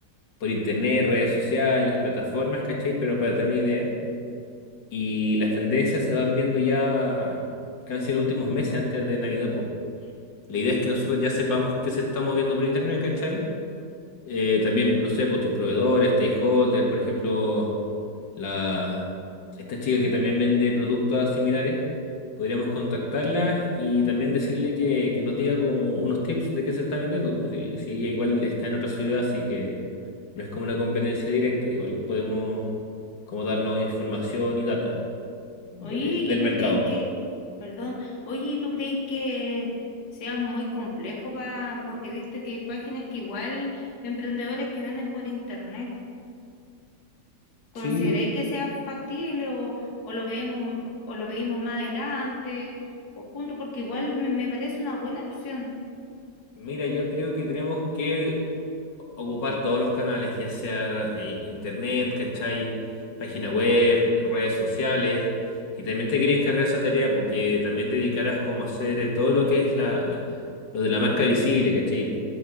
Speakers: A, on the left; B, on the left.
A: por internet, redes sociales, plataformas, ¿cachai? Pero para tener una idea. Y las tendencias se van viendo ya casi en los últimos meses antes de Navidad, pues. La idea es que nosotros ya sepamos qué se está moviendo por internet, ¿cachai? Eh, también, no sé, por tus proveedores, stakeholders, por ejemplo, la, esta chica que también vende productos similares, podríamos contactarla y también decirle que, que nos diga como unos tips de qué se está vendiendo, pues, si, si ella igual está en otra ciudad, así que no es como una competencia directa, igual podemos como darnos información y datos de-
B: Oye,
A: del
B: ¿y tú
A: mercado.
B: crees que, perdón, oye, ¿y tú crees que sea muy complejo pa- porque viste que hay páginas que igual de emprendedores que venden por internet? ¿Consideráis
A: Sí,
B: que sea factible o, o lo vemos o lo veimos más adelante o juntos? Porque igual me, me parece una buena opción.
A: mira, yo creo que tenemos que ocupar todos los canales, ya sea eh, internet, ¿cachai? Página web, redes sociales. Y también te quería encargar esa tarea porque también te dedicarás como a hacer eh, todo lo que es la, la- lo de la marca visible, ¿cachai?